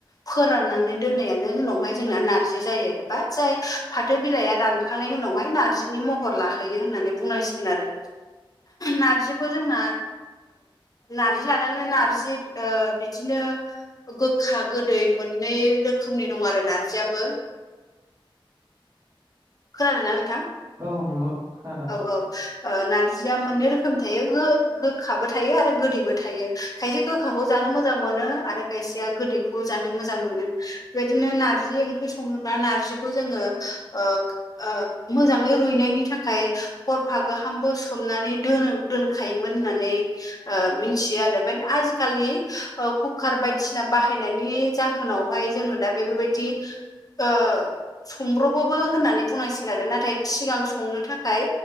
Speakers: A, on the left (about 40°); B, on the right (about 25°).
A: फोराननानै दोननायानो उनावहाय जोंना नारजि जायो एबा जाय फाथो बिलाइया रानखांनायनि उनावहाय नारजिनि महर लाहैयो होननानै बुंनांसिगोन आरो नारजिखौ जोंना नार्जि लानानैनो नार्जि बिदिनो गोखा गोदै मोननै रोखोमनि दं आरो नारजियाबो खोनादों ना नोंथां
B: औ नंगौ खोनादों
A: औ ओ नारजिया मोननै रोखोमनि थायो गो-गोखाबो थायो आरो गोदैबो थायो खायसे गोखाखौ जानो मोजां मोनो आरो खायसेया गोदैखौ जानो मोजां मोनो बेबायदिनो नारजि ओंख्रि सङोब्ला नारजिखौ जोङो ओ ओ मोजाङै रुइनायनि थाखाय हरफा गाहामबो सोमनानै दोनो दोनखायोमोन होननानै ओ मोनथियो आरो ओमफ्राय आजिखालि कुकार बायदिसिना बाहायनायनि जा होनावहाय जोङो दा बेफोरबायदि ओ सोमब्रबोबो होननानै बुंनांसिगोन आरो नाथाय सिगां संनो थाखाय